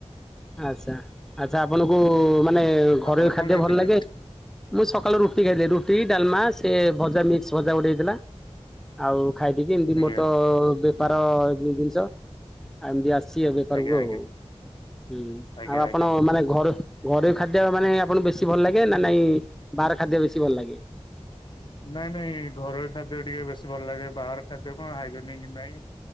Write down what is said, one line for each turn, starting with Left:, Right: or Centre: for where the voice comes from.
Centre: ଆଚ୍ଛା ଆଛା ଆପଣଙ୍କୁ ମା ମାନେ ଘରୋଇ
Left: ଆପଣ
Centre: ଖାଦ୍ୟ
Left: କଣ ଖାଇଥିଲେ?
Centre: ଭଲ ଲାଗେ ମୁଁ ସ କାଳୁ ରୁଟି ଖାଇଦିଏ। ରୁଟି ଡାଲମା ସେ ଭଜା ମିକ୍ସ ଭଜା ଗୋଟେ ହେଇଥିଲା ଆଉ। ଖାଇଦେଇକି ଏମତି
Left: ଆଜ୍ଞା
Centre: ମୋର ତ ବେପାର ଜୀବଜିନିଷ ଆ ଏମତି ଆସ୍ ସିଏ ବେପାରକୁ
Left: ଆଜ୍ଞା
Centre: ଆଉ
Left: ଆଜ୍ଞା
Centre: ହୁଁ
Left: ଆଜ୍ଞା
Centre: ଆଉ ଆପଣ
Left: ଆଜ୍ଞା।
Centre: ମାନେ ଘର ଘରୋଇ ଖାଦ୍ୟ ମାନେ ଆପଣଙ୍କୁ ବେଶୀ ଭଲ ଲାଗେ ନା ନାଇଁ ବାହାର ଖାଦ୍ୟ ବେଶୀ ଭଲ ଲାଗେ।
Left: ନାଇଁ ନାଇଁ ଘରୋଇ ଖାଦ୍ୟ ଟିକେ ବେଶୀ ଭଲ ଲାଗେ ବାହାର ଖାଦ୍ୟ କଣ ହାଇଜେନିକ ନାଇଁ